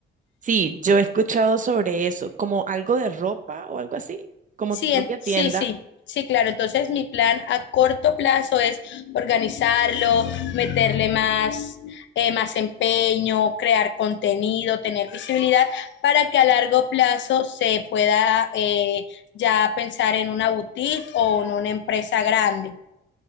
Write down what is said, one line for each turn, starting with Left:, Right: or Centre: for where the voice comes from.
Right: Sí, yo he escuchado sobre eso, como algo de ropa o algo así, como
Left: Sí,
Right: tu propia
Left: en-
Right: tienda.
Left: sí, sí, sí, claro. Entonces mi plan a corto plazo es organizarlo, meterle más, eh, más empeño, crear contenido, tener visibilidad para que a largo plazo se pueda eh, ya pensar en una boutique o en una empresa grande.